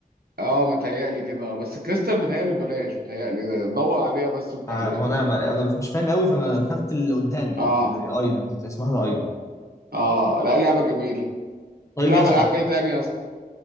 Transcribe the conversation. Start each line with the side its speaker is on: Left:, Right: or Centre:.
Right: اه متهيألي كده اه بس الكريستال متهيألي ببلاش متهيألي دور عليها بس وانت
Left: آه،
Right: هتلاقيها
Left: هو انا ما... انا مش فاهم قوي فانا دخلت اللي قدامي
Right: اه
Left: ايلاند اسمها ده ايلاند
Right: اه لا لعبة جميلة
Left: طيب
Right: تلعب
Left: يا اسطى
Right: ألعاب ايه تاني يا اسطى؟